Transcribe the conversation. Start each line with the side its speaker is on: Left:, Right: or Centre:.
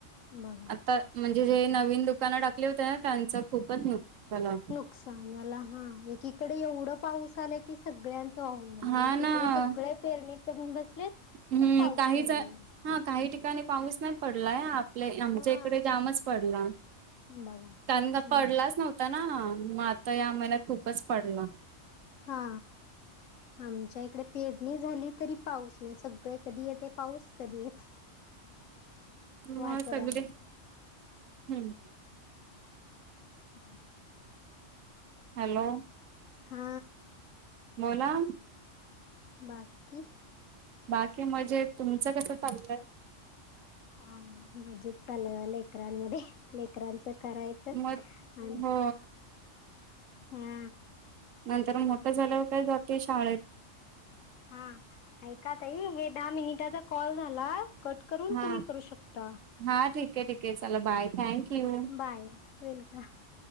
Left: बघा
Right: आता म्हणजे जे नवीन दुकानं टाकली होते ना, त्यांचं खुपच नुकसान झालं
Left: नुकसान झालं हा, एकीकडे एवढं पाऊस आला की सगळ्यां वाहून गेले, आणि
Right: हा
Left: इकडे
Right: ना
Left: सगळे पेरणी करून बसलेत
Right: हम्म
Left: तर पाऊस
Right: काहीच,
Left: नाहीये
Right: हा काही ठिकाणी पाऊस नाही पडलाय आमच्या
Left: हा
Right: इकडे जामच पडला,
Left: बघा
Right: कारण का
Left: आणि
Right: पडलाच नव्हता नव्हता ना, मग आता या महिन्यात खुपच पडला
Left: हा आमच्या इकडे पेरणी झाली तरी पाऊस नाही, सगळी कधी येतोय पाऊस कधी येते
Right: मग
Left: वाट बघायला
Right: सगळी हम्म
Left: ह
Right: हॅलो.
Left: हा
Right: बोला
Left: बाकी
Right: बाकी मजेत तुमचं कसं चाललंय?
Left: काय मजेत चालय बघा लेकरांमध्ये, लेकरांचं करायच आणि
Right: मग हो
Left: हा.
Right: नंतर मोठं झाल्यावर काय जाते शाळेत.
Left: हा ऐका ताई हे दहा मिनिटाचा कॉल झाला. कट करून
Right: हा
Left: तुम्ही करू शकता.
Right: हा ठीक आहे, ठीक आहे, चला बाय. थँक्यू.
Left: बाय वेलकम हा.